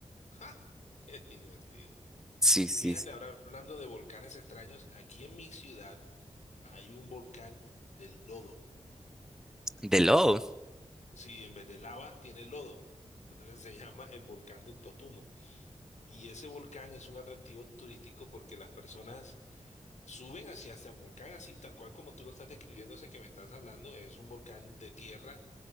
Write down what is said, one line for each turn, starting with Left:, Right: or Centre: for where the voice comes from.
Left: ¡Ja! Qué divertido.
Centre: Sí, sí.
Left: Fíjate, ahora hablando de volcanes extraños, aquí en mi ciudad hay un volcán de lodo.
Centre: De lodo.
Left: Sí, en vez de lava tiene lodo. Entonces se llama el volcán del Totumo. Y ese volcán es un atractivo turístico porque las personas suben hacia ese volcán así, tal cual como tú lo estás describiendo, ese que me estás hablando. Es un volcán de tierra